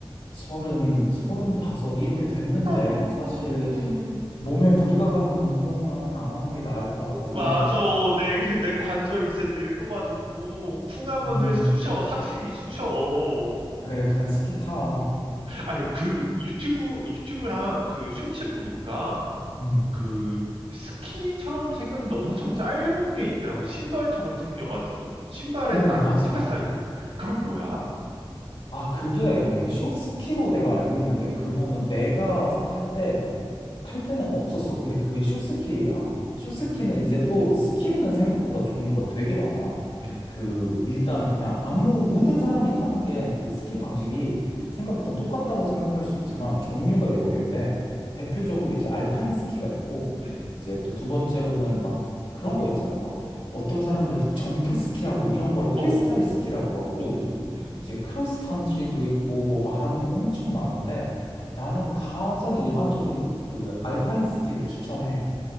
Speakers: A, on the left (about 80°); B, on the right (about 85°).
A: 서른, 서른다섯 이렇게 됐는데
B: 음.
A: 사실 몸에 무리가 가는 운동은 안 하는 게 나을 것 같아서.
B: 맞아. 내, 내 관절 이제 늙어가지고, 쿵하면은
A: 음,
B: 쑤셔. 삭신이 쑤셔. 어,
A: 그래, 그냥 스키 타.
B: 아유, 그, 유튜브, 유튜브랑 그 쇼츠 보니까,
A: 음.
B: 그, 스키처럼 생겼는데 엄청 짧은 게 있더라고. 신발처럼 생겨가지고. 신발에
A: 어,
B: 딱,
A: 맞아.
B: 신발 사이즈. 그거 뭐야?
A: 아, 그게 그 숏스키로 내가 알고 있는데, 그거는 내가 탈때 탈 때는 없었어. 근데 그게 쇼스키야. 쇼스키는
B: 음,
A: 이제 또 스키에는 생각보다 종류가 되게 많아.
B: 음,
A: 그 일단 그냥 아무 모든 사람이 타는 게 그 스키 방식이 생각보다 똑같다고 생각할 수 있지만 종류가 여러 개인데 대표적으로 이제 알파인 스키가 있고
B: 음.
A: 이제 또 두 번째로는 막 그런 거 있잖아. 막 어떤 사람들 막 점프 스키하고 이런 걸 프리스타일
B: 어어어어.
A: 스키라고 하고
B: 음, 음.
A: 이제 크로스 컨트리도 있고 뭐 말하면 엄청 많은데 나는 가장 일반적인 그 알파인 스키를 추천해.